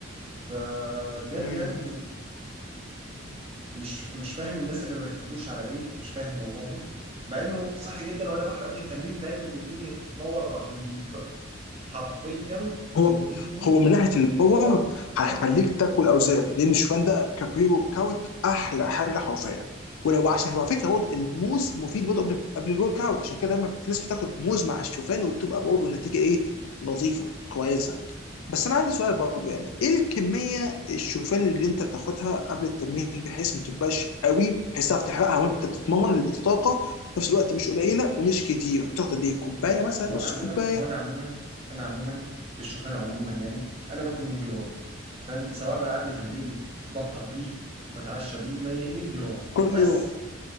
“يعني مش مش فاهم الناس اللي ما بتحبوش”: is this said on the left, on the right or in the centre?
Right